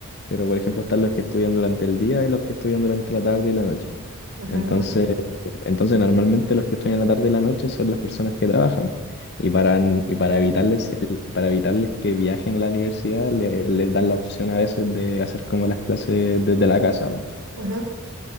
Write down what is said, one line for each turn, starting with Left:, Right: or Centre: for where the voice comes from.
Left: pero por ejemplo están los que estudian durante el día y los que estudian durante la tarde y la noche.
Right: ajá,
Left: Entonces,
Right: ajá,
Left: entonces normalmente los que estudian la tarde y la noche son las personas que trabajan. Y para, y para
Right: claro,
Left: evitarles, el- para evitarles que viajen a la universidad, le- les dan la opción a veces de hacer como las clases desde la casa.
Right: ajá.